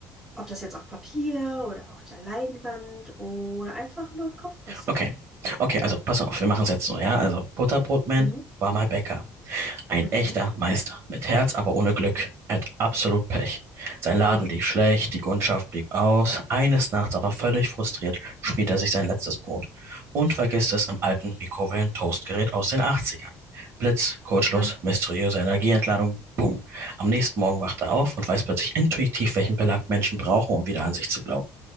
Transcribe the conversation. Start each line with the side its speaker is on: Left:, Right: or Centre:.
Centre: Ob das jetzt auf Papier oder auf der Leinwand oder einfach nur im Kopf passiert.
Right: Okay, okay, also pass auf, wir machen es jetzt so, ja? Also Butterbrotman,
Centre: Mhm.
Right: warmer Bäcker. Ein
Centre: Mhm.
Right: echter Meister. Mit Herz, aber ohne Glück. Er hat absolut Pech. Sein Laden
Centre: Oh.
Right: lief schlecht, die Kundschaft blieb aus. Eines Nachts aber völlig frustriert schmiert er sich sein letztes Brot und vergisst es im alten Mikrowellen-Toastgerät aus den 80ern. Blitz, Kurzschluss,
Centre: Ja.
Right: mysteriöse Energieentladung, boom. Am nächsten Morgen wacht er auf und weiß plötzlich intuitiv, welchen Belag Menschen brauchen, um wieder an sich zu glauben.